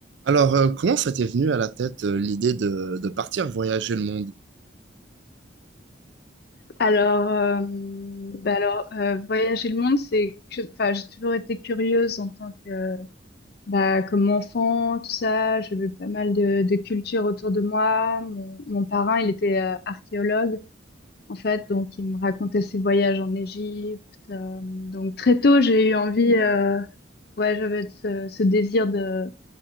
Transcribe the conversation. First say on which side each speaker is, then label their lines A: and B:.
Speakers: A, on the right; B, on the left.
A: Alors, euh, comment ça t'est venu à la tête euh, l'idée de, de partir voyager le monde?
B: Alors, euh, bah alors euh, voyager le monde, c'est que, enfin, j'ai toujours été curieuse en tant que, bah, comme enfant, tout ça. J'ai vu pas mal de, de cultures autour de moi. Mon, mon parrain, il était euh, archéologue, en fait, donc il me racontait ses voyages en Égypte. euh, donc très tôt, j'ai eu envie, euh, ouais, j'avais ce, ce désir de